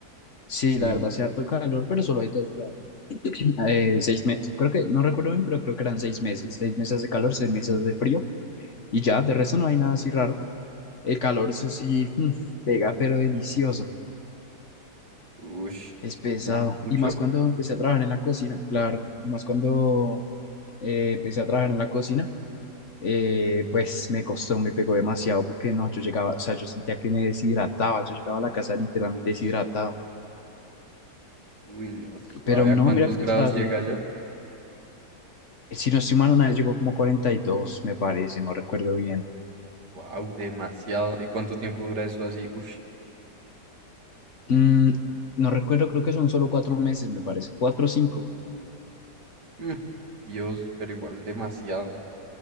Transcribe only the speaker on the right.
sí.
Ush.
Mu- mucho.
Mm.
Ush.
Uy, no, suave.
¿A cuántos
grados
llega allá?
Wow, demasiado. ¿Y cuánto tiempo dura eso así? Ush.
Mm. Dios, pero igual demasiado.